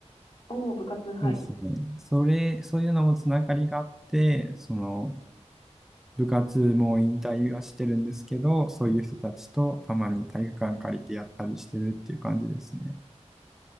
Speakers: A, on the left; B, in the centre.
A: おおー、部活、はい。
B: そうですね。それ、そういうのもつながりがあって、その、部活も引退はしてるんですけど、そういう人たちとたまに体育館借りてやったりしてるっていう感じですね。